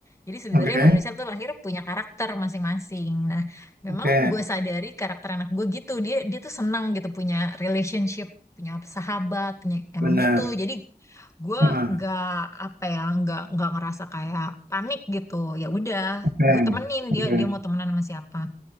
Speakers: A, on the left; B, on the right.
A: jadi sebenarnya
B: Oke,
A: manusia tuh lahir punya karakter masing-masing nah memang
B: oke,
A: gue sadari karakter anak gue gitu dia dia tuh senang gitu punya relationship punya sahabat punya emang
B: benar.
A: gitu jadi gue
B: Heeh,
A: nggak apa ya nggak nggak ngerasa kayak panik gitu ya udah
B: Oke,
A: gue temenin
B: oke.
A: dia dia mau temenan sama siapa